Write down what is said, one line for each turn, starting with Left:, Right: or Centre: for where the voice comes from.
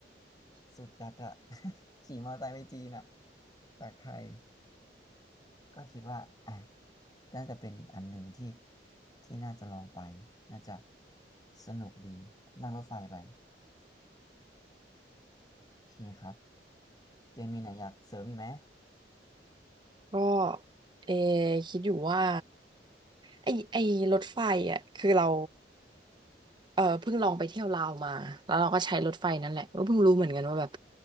Left: สุดจัดอ่ะ <laughs> ขี่มอไซค์ไปจีนอ่ะจากไทยก็คิดว่าอ่ะน่าจะเป็นอีกอันหนึ่งที่ที่น่าจะลองไปน่าจะสนุกดีนั่งรถไฟไปโอเคครับ เจมีไหนอยากเสริมอีกไหม
Right: ก็เออคิดอยู่ว่าไอไอรถไฟอ่ะคือเรา เออเพิ่งลองไปเที่ยวลาวมาแล้วเราก็ใช้รถไฟนั่นแหละก็เพิ่งรู้เหมือนกันว่าแบบ